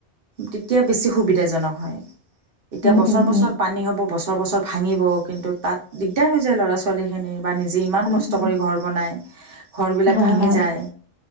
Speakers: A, on the right (about 55°); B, on the left (about 50°).
A: তেতিয়া বেছি সুবিধাজনক হয়। এতিয়া
B: উম উম
A: বছৰ
B: উম
A: বছৰ
B: উম
A: পানী হ'ব বছৰ বছৰ ভাঙিব কিন্তু তাত দিগদাৰ হৈ যায় ল'ৰা ছোৱালী খিনি বা নিজে ইমান
B: উম
A: কষ্ট
B: উম
A: কৰি ঘৰ বনায় ঘৰবিলাক
B: উম হয়
A: ভাঙি
B: হয়
A: যায়